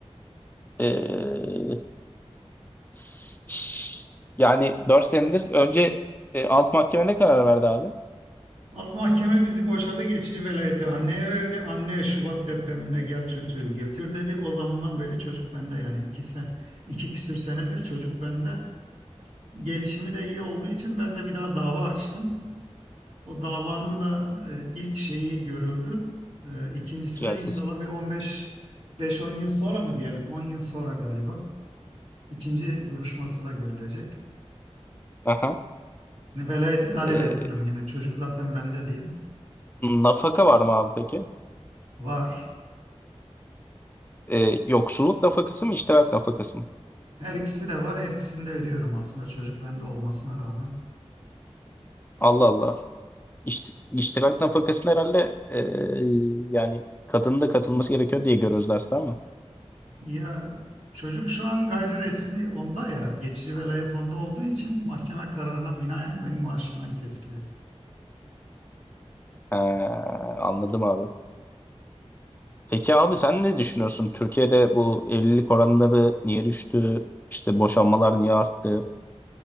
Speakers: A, on the left (about 15°); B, on the right (about 80°).
A: Ee, s- yani 4 senedir önce e, alt mahkeme ne karar verdi abi?
B: Alt mahkeme bizi boşadı geçici velayeti anneye verdi. Anne Şubat depreminde gel çocuğu götür dedi. O zamandan beri çocuk bende yani iki, se iki küsür senedir çocuk bende. Gelişimi de iyi olduğu için ben de bir daha dava açtım. O davanın da e, ilk şeyi görüldü. E, İkincisi
A: Güzel
B: de inşallah
A: ses.
B: bir 15 5-10 yıl sonra mı diyelim? 10 yıl sonra galiba. İkinci duruşması da görülecek.
A: Aha.
B: Hani velayeti talep
A: Ee,
B: ediyorum yani çocuk zaten bende diye.
A: nafaka var mı abi peki?
B: Var.
A: Ee, yoksulluk nafakası mı, iştirak nafakası mı?
B: Her ikisi de var. Her ikisini de ödüyorum aslında çocuk bende olmasına rağmen.
A: Allah Allah. İşte, iştirak nafakasını herhalde e, yani kadının da katılması gerekiyor diye görüyoruz derste ama.
B: Ya çocuk şu an gayri resmi onda ya. Geçici velayet onda olduğu için mahkeme kararına binaen benim maaşımdan kesiliyor.
A: Ee, anladım abi. Peki abi sen ne düşünüyorsun? Türkiye'de bu evlilik oranları niye düştü? İşte boşanmalar niye arttı?